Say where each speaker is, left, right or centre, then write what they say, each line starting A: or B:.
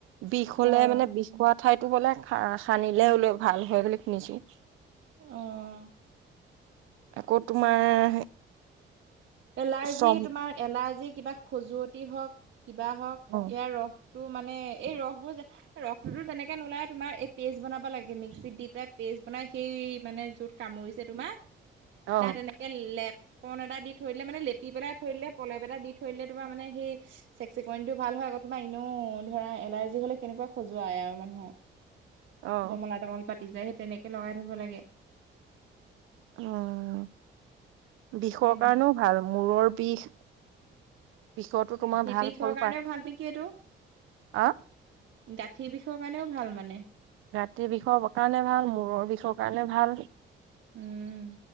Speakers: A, on the right (about 90°); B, on the right (about 65°).
A: বিষ হলে
B: অ',
A: মানে বিষ হোৱা ঠাইতো বোলে সা সানিলে বোলে ভাল হয় বুলি শুনিছো
B: অহ
A: আকৌ তোমাৰ
B: এলাৰ্জি
A: চম
B: তোমাৰ এলাৰ্জি কিবা খজুৱতি হওঁক কিবা হওঁক
A: অ',
B: এয়া ৰস টো মানে এই ৰস বোৰ ৰসটোতো যেনেকে নোলাই তোমাৰ এই পেষ্ট বনাব লাগে মিক্সিত দি পেলাই পেজ বনাই সেই মানে য'ত কামুৰিছে তোমাৰ
A: অ',
B: তাত এনেকে লেপন এটা দি থৈ দিলে মানে লেপি পেলাই থৈ দিলে পলেপ এটা দি থৈ দিলে তোমাৰ মানে সেই চেকচেকনিটো ভাল হয় আকৌ তোমাৰ ইনেও অ ধৰা এলাৰ্জি হ'লে কেনেকুৱা খজুৱাই আৰু মানুহৰ
A: অ'।
B: ডমলা ডমল পাতি যায় সেই তেনেকে লগাই থব লাগে
A: উম বিষৰ
B: সেয়েহে
A: কাৰ-ণৌ ভাল মূৰৰ বিষ, বিষতো তোমাৰ
B: সেই
A: ভাল
B: বিষৰ
A: ফল
B: কাৰণেও
A: পায়।
B: ভাল নেকি এইটো
A: অ',
B: গাঁঠিৰ বিষৰ কাৰণেও ভাল মানে
A: গাতিৰ বিষৰ কাৰণে ভাল মূৰৰ বিষৰ কাৰণে ভাল
B: উম